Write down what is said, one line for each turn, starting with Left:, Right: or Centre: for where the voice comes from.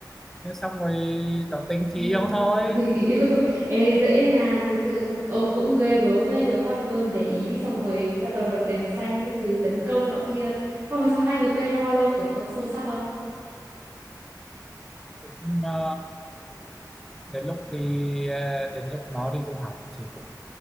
Centre: Thế xong rồi tỏ tình
Right: Nên
Centre: thì yêu thôi
Right: là tình <laughs> yêu thôi Ê dễ nha thực sự ông cũng ghê gớm ấy được hot girl để ý xong rồi bắt đầu bật đèn xanh các thứ tấn công nọ kia xong rồi sau hai người quen nhau bao lâu kiểu có sâu sắc không
Centre: cũng ờ, đến lúc đi ờ, đến lúc nó đi du học thì cũng,